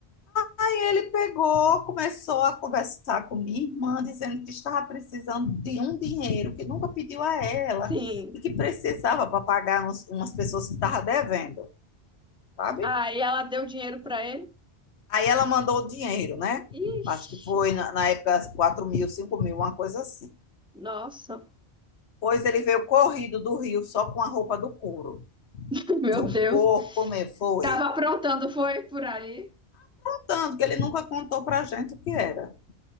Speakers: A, on the left (about 85°); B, in the centre.
A: E ele pegou, começou a conversar com minha irmã, dizendo que estava precisando de um dinheiro que nunca pediu a ela
B: sim.
A: e que precisava para pagar uns- umas pessoas que estava devendo, sabe?
B: Aí ela deu dinheiro pra ele.
A: Aí ela mandou o dinheiro, né?
B: Ixi,
A: Acho que foi na, na época 4 mil, 5 mil, uma coisa assim.
B: nossa,
A: Pois ele veio corrido do Rio só com a roupa do couro.
B: <laughs> meu
A: Do
B: Deus.
A: corpo, me foi.
B: Tava aprontando, foi por aí?
A: Tanto que ele nunca contou pra gente o que era.